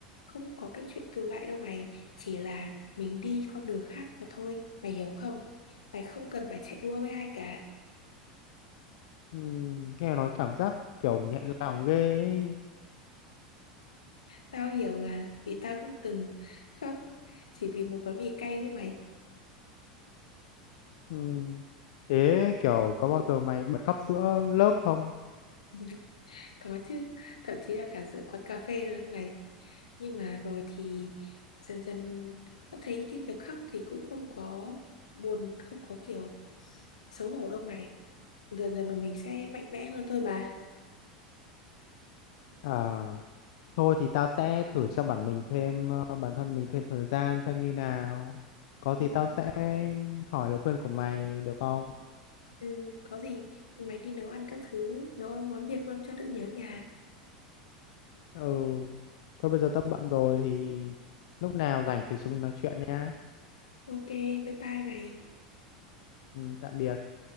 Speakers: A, on the left; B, on the left.
A: không có cái chuyện tương lại đâu mày chỉ là mình đi con đường khác mà thôi mày hiểu không mày không cần phải chạy đua với ai cả
B: Ừm, nghe nói cảm giác kiểu nhẹ lòng ghê ý.
A: Tao hiểu mà, vì tao cũng từng khóc chỉ vì một gói mì cay đấy mày.
B: Ừ. Thế kiểu có bao giờ mày bật khóc giữa lớp không?
A: <laughs> Có chứ, thậm chí là cả giữa quán cà phê nữa đấy mày. Nhưng mà rồi thì dần dần tao thấy cái việc khóc thì cũng không có buồn, không có kiểu xấu hổ đâu mày. Dần dần rồi mình sẽ mạnh mẽ hơn thôi mà.
B: À, thôi thì tao sẽ thử cho bản mình thêm ờ, bản thân mình thêm thời gian xem như nào. Có
A: Ừ,
B: gì tao sẽ hỏi lời khuyên của mày được không?
A: ừ, có gì mày đi nấu ăn các thứ, nấu món Việt luôn cho đỡ nhớ nhà.
B: Ừ. Thôi bây giờ tao bận rồi thì lúc nào rảnh thì chúng mình nói chuyện nhá.
A: Ok, bye bye mày.
B: Ừ, tạm biệt.